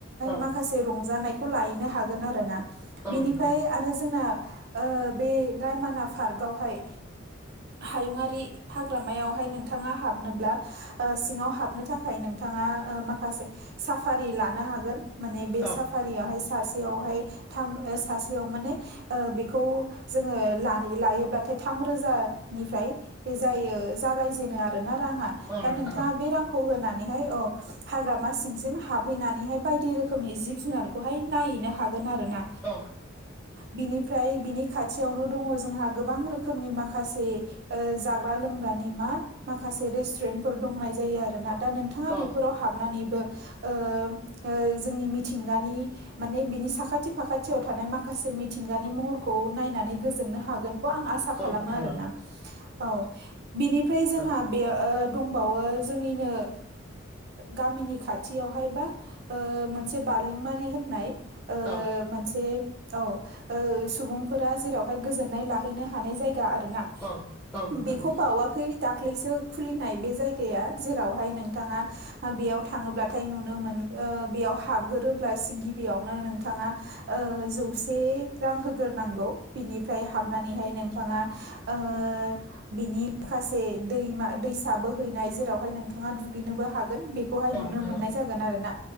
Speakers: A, in the centre; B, on the right.
A: औ
B: माखासे रंजानायखौ लाहैनो हागोन आरोना
A: औ
B: बिनिफ्राय
A: नोंथां
B: आरो जोंना ओ बे। रायमाना पार्कआवहाय। हायुङारि हाग्रामायावहाय नोंथाङा हाबनोब्ला ओ सिङाव हाबनो थाखाय नोंथाङा ओ माखासे साफारि लानो हागोन। माने बे
A: औ नोंथां औ
B: साफारियाहाय सासेयावहाय थाम सासेयाव माने बेखौ जोङो लाहैयो लायोब्लाथाय थाम रोजानिफ्राय। बे जायो जागायजेनो आरोोना राङा
A: औ नोंथां
B: दा नोंथाङा
A: औ
B: बे रांखौ होनानैहाय औ हाग्रामा सिंसिम हाबहैनानैहाय बायदि रोखोमनि जिब जुनारखौहाय नायहैनो हागोन आरो ना
A: औ
B: बिनिफ्राय बिनि खाथियावनो दङ जोंहा गोबां रोखोमनि माखासे ओ जाग्रा लोंग्रानि मा। माखासे रेस्टुरेन्टफोर दंनाय जायो आरो ना दा नोंथाङा
A: औ
B: बेफोराव हाबनानैबो ओ ओ जोंनि मिथिंगानि माने बिनि साखाथि फाखाथियाव थानाय माखासे मिथिंगानि महरखौ। खौ नायनानै गोजोननो हागोनखौ आं आसा
A: औ
B: खालामो
A: नोंथां औ नोंथां
B: आरोना
A: औ नोंथां औ
B: औ। बिनिफ्राय जोंहा
A: औ
B: बे दंबावो जोंनिनो गामिनि खाथियावहाय बा मोनसे बारलेंमारि होननाय ओ
A: औ
B: मोनसे औ ओ सुबुं। फोरा जेरावहाय गोजोननाय लाहैनो हानाय जायगा आरोना
A: औ औ नोंथां
B: बेखौ
A: औ नोंथां औ नोंथां औ नोंथां औ नोंथां औ नोंथां औ
B: बावा खै दाखलैसो खुलिनाय बे जायगाया जेरावहाय नोंथाङा बेयाव थाङोब्लाथाय नुनो मोन बेयाव हाबगोरोब्ला गिबियावनो नोंथाङा ओ जौसे रां होग्रोनांगौ बिनिफ्राय हाबनानैहाय नों थाङा ओ बिनि माखासे दैमा दैसा बोहैनाय जेरावहाय नोंथाङा दुगैनोबो हागोन बे‌ खौहाय
A: औ
B: नुनो मोननाय जागोन आरोना